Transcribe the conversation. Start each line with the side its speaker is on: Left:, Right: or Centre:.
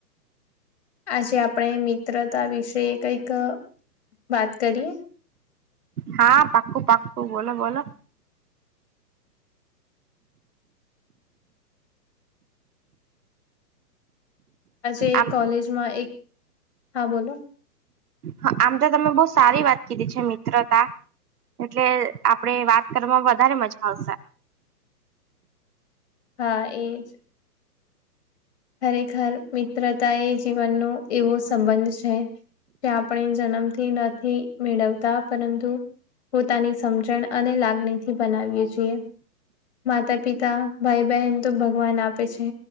Left: આજે આપડે મિત્રતા વિશે કંઈક વાત કરીએ
Right: હા પાકું પાકું બોલો બોલો
Left: આજે
Right: આમ
Left: કોલેજમાં એક હા બોલો
Right: હ આમ તો તમે બહુ સારી વાત કીધી છે મિત્રતા એટલે આપડે વાત કરવામાં વધારે મજા આવશે
Left: હા એજ ખરેખર મિત્ર તા એ જીવનનો એવો સંબંધ છે તે આપણે જન્મથી નથી મેળવતા પરંતુ પોતાની સમજણ અને લાગણી થી બનાવીએ છીએ માતા પિતા ભાઈ બહેન તો ભગવાન આપે છે